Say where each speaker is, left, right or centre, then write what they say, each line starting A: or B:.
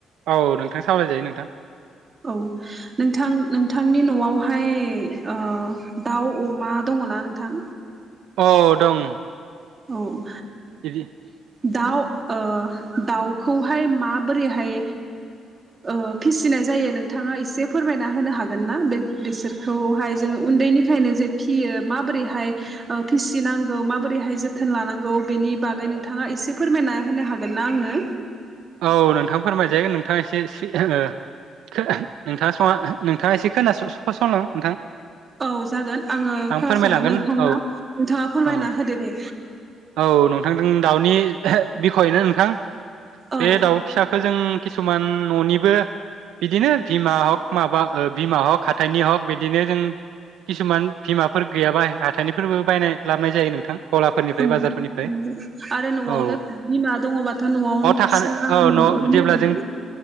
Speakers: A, on the right (about 85°); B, on the right (about 30°).
A: औ नोंथां सावरायजायो नोंथां।
B: औ नोंथां नोंथांनि न'आवहाय ओ दाउ अमा दङना नोंथां?
A: औ दं
B: औ
A: बिदि
B: दाउ ओ दाउखौहाय माबोरैहाय ओ फिसिनाय जायो नोंथाङा एसे फोरमायना होनो हागोन ना बे बिसोरखौहाय जों उन्दैनिफ्रायनो जे फियो माबोरैहाय ओ फिसिनांगौ माबोरैहाय जो थोन लानांगौ बेनि बागै नोंथाङा एसे फोरमायना होनो हागोन ना आंनो?
A: औ नोंथां फोरमायजागोन नोंथाङा एसे <unintelligible> नोंथाङा स नोंथाङा एसे खोन संला नोंथां
B: औ जागोन आङो
A: आं
B: खोनासंगोन
A: फोरमायलांगोन
B: नोंथाङा
A: औ
B: नोंथाङा फोरमायना
A: औ
B: होदो दे।
A: औ नोंथांजों दाउनि बिखयनो नोंथां
B: औ
A: बे दाउ फिसाखौ जों किसुमान न'निबो बिदिनो बिमा हक माबा बिमा हक हाथाइनि हक बिदिनो जों किसुमान बिमाफोर गैयाबा हाथाइनिफोरबो बायना लाबोनाय जायो नोंथां। गलाफोरनिफ्राय
B: औ
A: बाजारफोरनिफ्राय
B: नंगौ आरो न'आवनो
A: औ
B: बिमा दङबाथ' न'आवनो
A: <unintelligible> औ
B: फिसा मोनगोन
A: न' जेब्ला
B: आरो
A: जों
B: ना